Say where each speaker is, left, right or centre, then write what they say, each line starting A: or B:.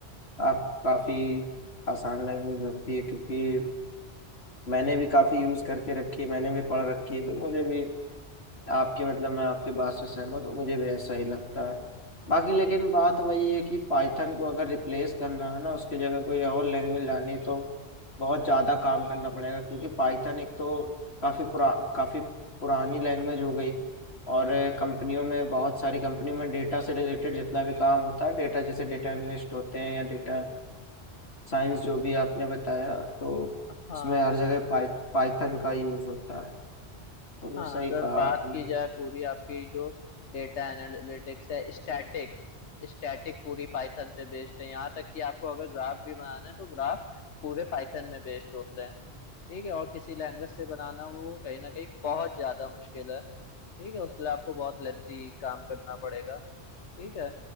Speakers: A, on the left (about 65°); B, on the left (about 85°).
A: आप काफी आसान लैंग्वेज होती है क्योंकि मैंने भी काफी यूज करके रखी है मैंने भी पढ़ रखी है तो मुझे भी आपकी मतलब मैं आपकी बात से सहमत हूँ मुझे भी ऐसा ही लगता है बाकी लेकिन बात वही है कि पाइथन को अगर रिप्लेस करना है ना उसकी जगह कोई और लैंग्वेज लानी है, तो बहुत ज़्यादा काम करना पड़ेगा क्योंकि पाइथन एक तो काफ़ी पुरा काफ़ी पुरानी लैंग्वेज हो गई और कंपनियों में बहुत सारी कंपनियों में डेटा से रिलेटेड जितना भी काम होता है डेटा जैसे डेटा एनालिस्ट होते हैं या डेटा साइंस जो भी आपने बताया तो
B: हाँ
A: उसमें हर जगह पाइ, पाइथन का यूज़ होता है तो वो
B: हाँ
A: सही
B: अगर
A: कहा
B: बात
A: आपने
B: की जाए पूरी आपकी जो डेटा एनालिटिक्स है स्टैटिक्स स्टैटिक पूरी पाइथन पे बेस्ड है यहाँ तक कि आपको अगर ग्राफ भी बनाना है तो ग्राफ पूरे पाइथन में बेस्ड होते हैं ठीक है और किसी लैंग्वेज से बनाना वो कहीं ना कहीं बहुत ज्यादा मुश्किल है ठीक है उसके लिए आपको बहुत लेंथी काम करना पड़ेगा ठीक है